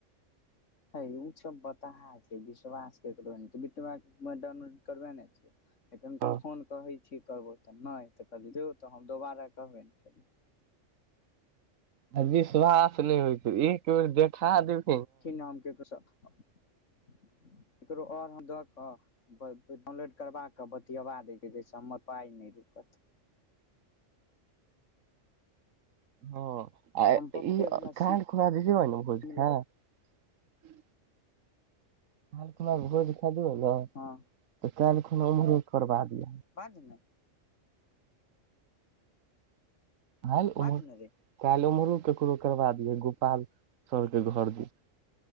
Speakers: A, on the left; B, on the right.
A: हय ओ सब बताहा छै विश्वास केकरो नहि छै विश्वास छहि तअ डाउनलोड करबा नै लिय तखैनसं
B: हँ
A: फोन कहै छी करबौ तऽ नहि तऽ कहलियै जो तऽ हम दोबारा कहबे ने कलियै
B: आ विश्वास नहि होइ छै एक बेर देखा देब
A: की नामके कस केकरो आऔर दअ कअ डाउनलोड करबा के बतियवा दैके छहि जाहिसं हमर पाय नै रुकत <unintelligible>
B: हँ आ
A: हम पप्पे
B: ई
A: वला
B: काइल
A: सीम
B: खुना जे जेबैन भोज खाइ
A: लऽ
B: <unintelligible> दिय ने
A: हँ
B: तऽ काल्हि खुना ओमहरे करबा दिया
A: पाँच दिन
B: कालि ओमहरो
A: बाज ने रे
B: कालि ओमहरो ककरो करबा दियह गोपाल सर के घर दिश